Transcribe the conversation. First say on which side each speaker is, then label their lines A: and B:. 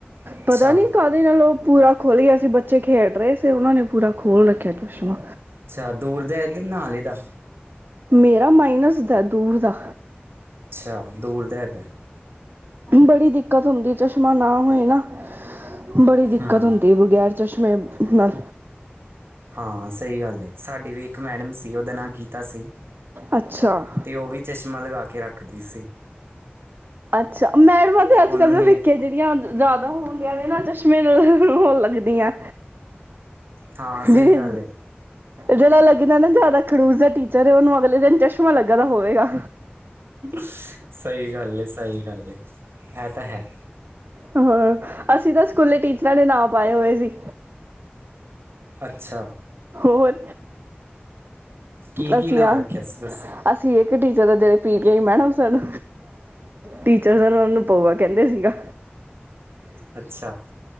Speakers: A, on the right; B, on the right.
A: ਅੱਛਾ
B: ਪਤਾ ਨੀ ਕਾਹਦੇ ਨਾਲ ਉਹ ਪੂਰਾ ਖੁਲ੍ਹ ਗਿਆ ਸੀ ਬੱਚੇ ਖੇਡ ਰਹੇ ਸੀ ਉਹਨਾਂ ਨੇ ਪੂਰਾ ਖੋਲ ਰੱਖਿਆ ਚਸ਼ਮਾ
A: ਅੱਛਾ ਦੂਰ ਦਾ ਤੇ ਨਾਲੇ ਦਾ
B: ਮੇਰਾ ਮਾਈਨਸ ਦਾ ਦੂਰ ਦਾ
A: ਅੱਛਾ ਦੂਰ ਤੇ ਹੈਗਾ
B: ਬੜੀ ਦਿੱਕਤ ਹੁੰਦੀ ਚਸ਼ਮਾ ਨਾ ਹੋਏ ਨਾ ਬੜੀ ਦਿੱਕਤ
A: ਹਾਂ
B: ਹੁੰਦੀ ਬਗੈਰ। ਚਸ਼ਮੇ ਨਰ।
A: ਹਾਂ ਸਹੀ ਗੱਲ ਹੈ ਸਾਡੀ ਵੀ ਇੱਕ ਮੈਡਮ ਸੀ ਉਹਦਾ ਨਾਂ ਗੀਤਾ ਸੀ
B: ਅੱਛਾ
A: ਤੇ ਉਹ ਵੀ ਚਸ਼ਮਾ ਲਗਾ ਕੇ ਰੱਖਦੀ ਸੀ।
B: ਅੱਛਾ ਮੈਡਮਾਂ ਤੇ ਅੱਜ
A: ਉਹਨੂੰ
B: ਕੱਲ
A: ਨੇ
B: ਭਵਿੱਖੇ ਜਿਹੜੀਆਂ ਜ਼ਿਆਦਾ ਹੋਣਗੀਆਂ ਨੇ ਨਾਂ ਚਸ਼ਮੇ ਨੂੰ ਹੋਣ ਲੱਗਦੀਆਂ।
A: ਹਾਂ ਸਹੀ
B: ਜਿਹੜੀ
A: ਗੱਲ ਏ
B: ਜਿਹੜਾ ਲੱਗਦਾ ਨਾ ਜ਼ਿਆਦਾ ਖੜੂਸ ਦਾ ਟੀਚਰ ਹੈ। ਉਹਨੂੰ ਅਗਲੇ ਦਿਨ ਚਸ਼ਮਾ ਲੱਗਾ ਦਾ ਹੋਵੇਗਾ।
A: ਸਹੀ ਗੱਲ ਸਹੀ ਗੱਲ ਹੈ। ਇਹ ਤਾਂ ਹੈ।
B: ਹਾਂ ਅਸੀਂ ਤਾਂ ਸਕੂਲੇ ਟੀਚਰਾਂ ਦੇ ਨਾਂ ਪਾਏ ਹੋਏ ਸੀ।
A: ਅੱਛਾ।
B: ਹੋਰ।
A: ਕੀ
B: ਅਸੀਂ
A: ਕੀ ਨਾਂ
B: ਹਾਂ
A: ਰੱਖਿਆ ਸੀ ਤੁਸੀਂ
B: ਅਸੀਂ ਇੱਕ ਟੀਚਰ ਆ ਜਿਹੜੇ। P T I madam sir teacher ਸਨ ਉਹ ਨੂੰ ਭੋਗਾ ਕਹਿੰਦੇ ਸੀਗਾ।
A: ਅੱਛਾ